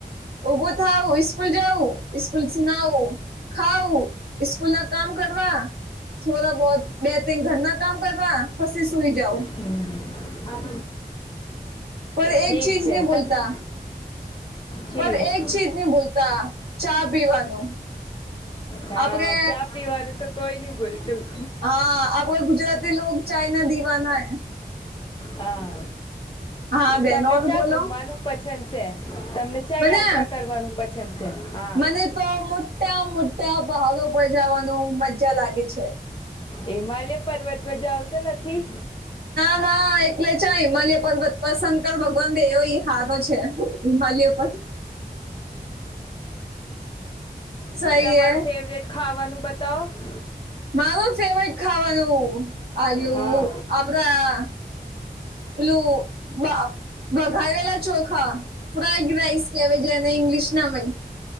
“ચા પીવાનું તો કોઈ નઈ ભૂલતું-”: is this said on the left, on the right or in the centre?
Left